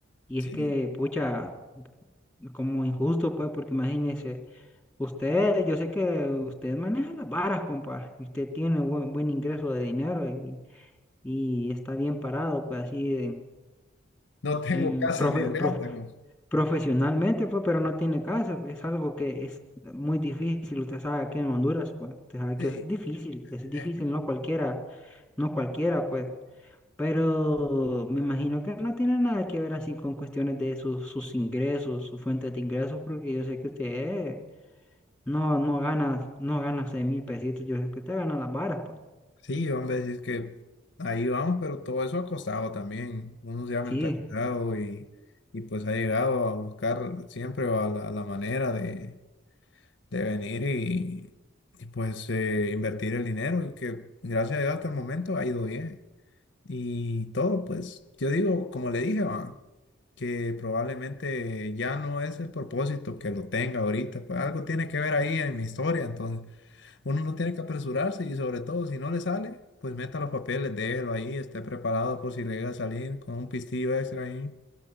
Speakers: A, in the centre; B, on the left.
A: Y
B: Sí,
A: es que, pucha, como injusto, pues, porque imagínese, usted, yo sé que usted maneja las varas, compa. y Usted tiene buen, buen ingreso de dinero y, y está bien parado, pues así
B: no tengo
A: en
B: casa
A: profe-
B: ni reata,
A: prof-
B: compadre.
A: profesionalmente, pues, pero no tiene caso. pues, Es algo que es muy difícil. Usted sabe que en Honduras, pues, usted sabe
B: Sí,
A: que eso es difícil. Eso es difícil,
B: es
A: no cualquiera, no cualquiera, pues. Pero me imagino que no tiene nada que ver así con cuestiones de sus, sus ingresos, sus fuentes de ingresos, porque yo sé que usted no, no gana, no gana seis mil pesitos, yo sé que usted gana las varas, pues.
B: Sí, hombre, decir que ahí vamos, pero todo eso ha costado también. Uno se ha mentalizado
A: Sí,
B: y, y pues ha llegado a buscar siempre a la, la manera de, de venir y, y, pues eh, invertir el dinero y que gracias a Dios hasta el momento ha ido bien. Y todo, pues yo digo, como le dije, va, que probablemente ya no es el propósito que lo tenga ahorita, pues algo tiene que ver ahí en mi historia, entonces. Uno no tiene que apresurarse y sobre todo si no le sale, pues meta los papeles, déjelo ahí, esté preparado por si le llega a salir con un pistillo extra ahí.